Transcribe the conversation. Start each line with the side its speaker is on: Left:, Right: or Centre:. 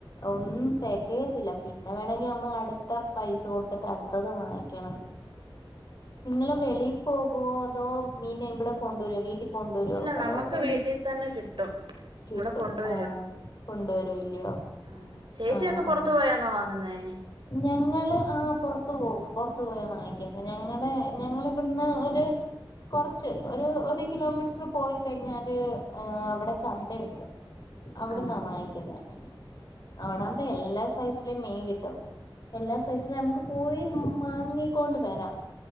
Left: ഒന്നും തെകയത്തില്ല പിന്നെ വേണങ്കിൽ നമ്മൾ അടുത്ത പൈസ കൊടുത്തട്ട് അടുത്തത് വാങ്ങ കണം നിങ്ങള് വെളി പോകുവോ അതോ മീൻ ഇവിടെ കൊണ്ടരുവൊ വീട്ടി കൊണ്ടുവര്വൊ
Right: ഇല്ല
Left: അതോ
Right: നമുക്ക്
Left: വെളി
Right: വീട്ടിൽ തന്നെ കിട്ടും
Left: കിട്ടും
Right: ഇവിടെ കൊണ്ടുവരും
Left: ആ കൊണ്ടുവരുല്യൊ
Right: ആഹ് ചേച്ചിയൊക്കെ
Left: ആ ആ
Right: പുറത്തു പോയാന്നോ വാങ്ങുന്നേ
Left: ഞങ്ങള് ആ പുറത്ത് പോകും ത്ത് പോയാ വാങ്ങിക്ന്നെ ഞങ്ങടെ ഞങ്ങളളിവിടുന്ന് ഒരു കൊറച്ച് ഒരു ഒരു കിലോമീറ്റർ പോയി കഴിഞ്ഞാല് ഏ അവിടെ ചന്തയുണ്ട് അവിട്ന്നാ
Right: ആഹ്
Left: വാങ്ങിക്ക്ന്നെ- അവിട ആമ്പ എല്ലാ സൈസിലും മീ കിട്ടും എല്ലാ സൈസില നമുക്ക് പോയി നൊ വാങ്ങിക്കൊണ്ട് വരാം-